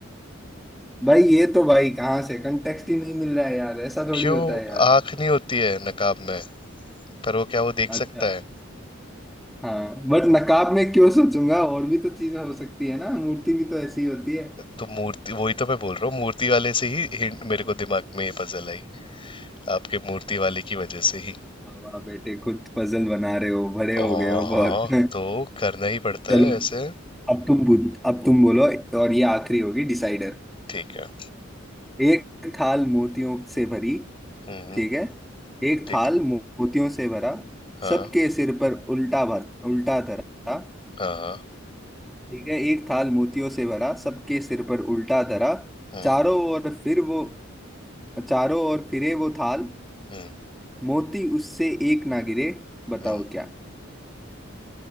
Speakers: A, in the centre; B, on the left.
A: भाई ये तो भाई कहाँ से कंटेक्स्ट ही नहीं मिल रहा है यार ऐसा थोड़ी
B: क्यों
A: होता है यार
B: आंख नहीं होती है नकाब में पर वो क्या वो देख
A: अच्छा
B: सकता है
A: हाँ बट नकाब में क्यों सोचूंगा और भी तो चीजें हो सकती है ना मूर्ति भी तो ऐसी ही होती है
B: तो मूर्ति वही तो मैं बोल रहा हूँ मूर्ति वाले से ही hint मेरे को दिमाग में ये पजल आई आपके मूर्ति वाले की वजह से ही
A: वाह बेटे खुद पजल बना रहे हो बड़े
B: ओ
A: हो गए हो
B: हाँ
A: बहुत <laughs>
B: तो करना ही पड़ता
A: चलो
B: है ऐसे
A: अब तुम पूछ- अब तुम बोलो और ये आखिरी होगी डिसाइडर
B: ठीक है
A: एक थाल मोतियों से भरी
B: हम्म
A: ठीक है एक
B: ठीक
A: थाल मो- मोतियों से भरा
B: हाँ
A: सबके सिर पर उल्टा भर उल्टा धरा
B: हाँ हाँ
A: ठीक है एक थाल मोतियों से भरा सबके सिर पर उल्टा धरा
B: हम्म
A: चारों ओर फिर वो चारों ओर फिरे वो थाल
B: हम्म
A: मोती उससे एक ना गिरे बताओ
B: हम्म
A: क्या